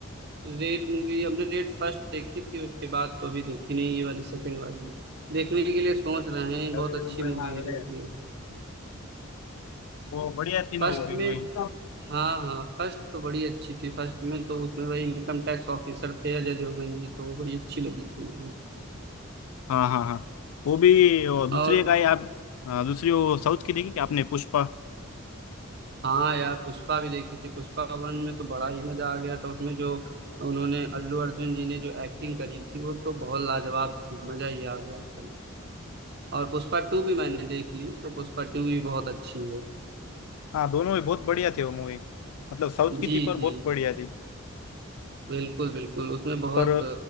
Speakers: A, on the right; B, on the left.
A: रेड मूवी हमने रेड फर्स्ट देखी थी उसके बाद तो अभी देखी नहीं ये वाली सेकंड वाली देखने के लिए सोच रहे हैं
B: अरे
A: बहुत अच्छी
B: वो बड़े
A: मूवी
B: नागड़े
A: है
B: हैं।
A: ये
B: वो बढ़िया थी ना
A: फर्स्ट
B: वो भी
A: में
B: मूवी
A: हाँ हाँ फर्स्ट तो बड़ी अच्छी थी फर्स्ट में तो उसमें भाई इनकम टैक्स ऑफिसर थे अजय देवगन जी तो वो बड़ी अच्छी लगी थी मुझे
B: हाँ हाँ हाँ वो भी वो दूसरी
A: और
B: एक आई आप हाँ, दूसरी वो साउथ की देखी क्या आपने पुष्पा
A: हाँ यार पुष्पा भी देखी थी पुष्पा वन में तो बड़ा ही मजा आ गया था उसमें जो उन्होंने अल्लू अर्जुन जी ने जो एक्टिंग करी थी वो तो बहुत लाजवाब थी मजा ही आ गया एकदम और पुष्पा टू भी मैंने देख ली तो पुष्पा टू भी बहुत अच्छी है
B: हाँ दोनों ही बहुत बढ़िया थे वो मूवी मतलब साउथ की
A: जी
B: थी पर बहुत
A: जी
B: बढ़िया थी
A: बिल्कुल बिल्कुल उसमें बहुत
B: पर